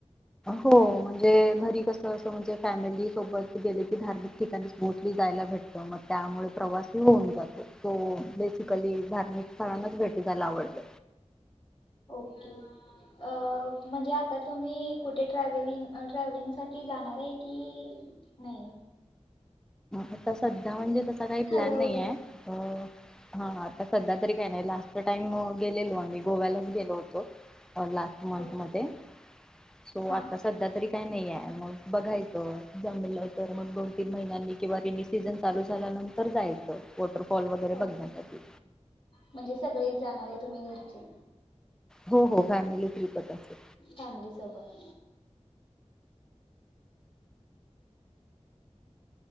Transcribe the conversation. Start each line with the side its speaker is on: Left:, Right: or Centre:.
Centre: हो म्हणजे घरी कसं असं म्हणजे फॅमिली सोबत गेले की धार्मिक ठिकाणी मोस्टली जायला भेटतं मग त्यामुळे प्रवासही होऊन जातो तो बेसिकली धार्मिक स्थळांनाच भेटी जायला आवडत
Left: ओके अ म्हणजे आता तुम्ही कुठे ट्रॅव्हलिंगसाठी जाणार आहे की नाही?
Centre: आता सध्या म्हणजे तसा काही
Left: ठरवलं
Centre: प्लॅन नाही आहे हा आता सध्या तरी काही नाही लास्ट टाईम गेलेलो आणि गोव्यालाच गेलो होतो. लास्ट मंथ
Left: ओके
Centre: मध्ये सो
Left: हा
Centre: आता सध्या तरी काय नाही आहे मग बघायचं जमलेलं तर मग दोन तीन महिन्यांनी किंवा तिनी सीझन चालू झाल्यानंतर जायलच रफॉल वगैरे
Left: ओके
Centre: बघण्यासाठी
Left: म्हणजे सगळेच जाणार तुम्ही घरचे
Centre: हो हो फॅमिली ट्रिपच असते
Left: फॅमिली सोबत